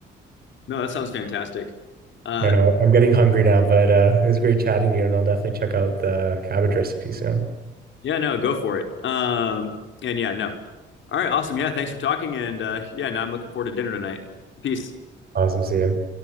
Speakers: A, on the left (about 70°); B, on the right (about 50°).
A: No, that sounds fantastic. Uh
B: I know I'm getting hungry now, but uh, it was great chatting to you, and I'll definitely check out the cabbage recipe soon.
A: yeah, no, go for it. Um and yeah, no. All right, awesome. Yeah, thanks for talking and uh yeah, now I'm looking forward to dinner tonight. Peace.
B: Awesome, see you.